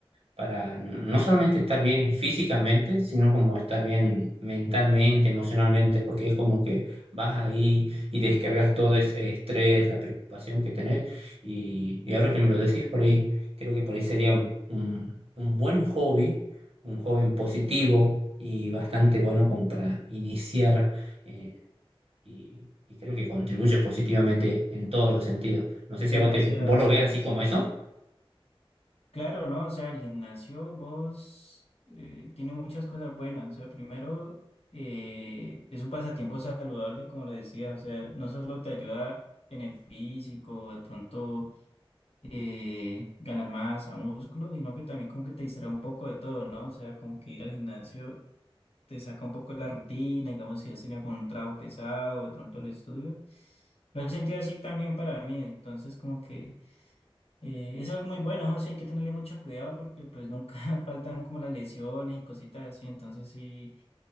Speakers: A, on the right (about 75°); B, on the left (about 85°).
A: para no solamente estar bien físicamente, sino como estar bien mentalmente, emocionalmente, porque es como que vas ahí y descargas todo ese estrés, la preocupación que tenés. Y, y ahora que me lo decís por ahí, creo que por ahí sería un, un- un buen hobby, un hobby positivo y bastante bueno como para iniciar. eh, y, y creo que contribuye positivamente en todos los sentidos. No sé
B: Demasiado,
A: si a vos, te, vos lo
B: sí,
A: ves
B: demasiado.
A: así como eso.
B: Claro, ¿no? O sea, el gimnasio, vos, eh, tiene muchas cosas buenas. O sea, primero, eh, es un pasatiempo saludable, como lo decías. O sea, no solo te ayuda en el físico, de pronto eh, ganar masa, músculo, sino que también como que te distrae un poco de todo, ¿no? O sea, como que ir al gimnasio te saca un poco de la rutina, digamos, si has tenido como un trabajo pesado, de pronto el estudio. Lo he sentido así también para mí. Entonces, como que eh, es algo muy bueno, ¿no? Sí, hay que tenerle mucho cuidado porque pues nunca <laughs> faltan como las lesiones y cositas así, entonces sí,